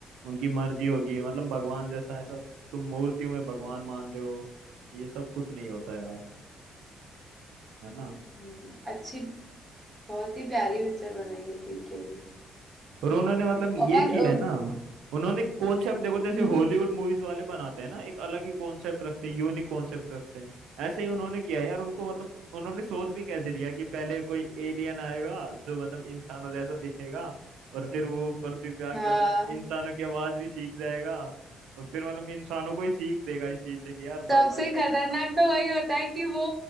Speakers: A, on the right; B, on the right.
A: उनकी मर्जी होगी मतलब भगवान जैसा ऐसा तुम मूर्तियों में भगवान मान रहे हो ये सब कुछ नहीं होता यार है ना
B: हम्म, अच्छी बहुत ही प्यारी पिक्चर बनाई है पीके भी
A: और उन्होंने मतलब
B: और
A: ये किया
B: अ,
A: है ना उन्होंने कॉन्सेप्ट देखो जैसे
B: हम्म,
A: हॉलीवुड मूवीज वाले बनाते हैं ना एक अलग ही कॉन्सेप्ट रखते हैं यूनिक कॉन्सेप्ट रखते हैं ऐसे ही उन्होंने किया है यार उनको मतलब उन्होंने सोच भी कैसे लिया कि पहले कोई एलियन आएगा जो मतलब इंसानों जैसा दिखेगा और फिर वो पृथ्वी पे आके
B: हाँ
A: मतलब इंसानों की आवाज भी सीख जाएगा और फिर मतलब इंसानों को ही सीख देगा इस चीज से कि यार
B: सबसे
A: भगवान वगैरह
B: खतरनाक
A: कुछ
B: तो वही होता है कि वो